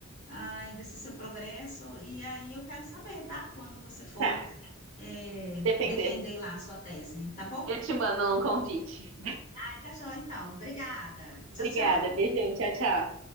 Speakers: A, on the left; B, on the right.
A: ai, desse seu progresso, e aí eu quero saber, tá? Quando você for
B: tá.
A: é,
B: Depender.
A: defender lá a sua tese, tá bom?
B: Eu te mando um convite.
A: Ai, tá joia, então. Obrigada.
B: Obrigada,
A: Tchau, tchau.
B: beijão, tchau, tchau.